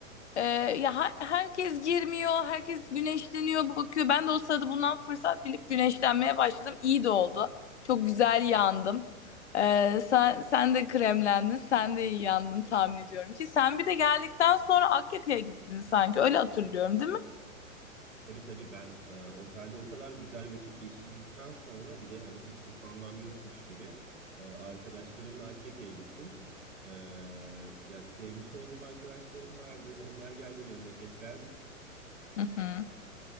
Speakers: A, on the left; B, on the right.
A: e, ya her- herkes girmiyor, herkes güneşleniyor, bakıyor. Ben de o sırada bundan fırsat bilip güneşlenmeye başladım. İyi de oldu. Çok güzel yandım. E, sen sen de kremlendin, sen de iyi yandın tahmin ediyorum ki. Sen bir de geldikten sonra Akyaka'ya gittin sanki. Öyle hatırlıyorum, değil mi?
B: Tabii tabii ben e, otelde o kadar güzel vakit geçirdikten sonra bir de hani hiç utanmam yokmuş gibi e, arkadaşlarımla Akyaka'ya gittim. E, ya sevmiş olduğum arkadaşlarım vardı. Onlar geldi memleketten.
A: Hı hı.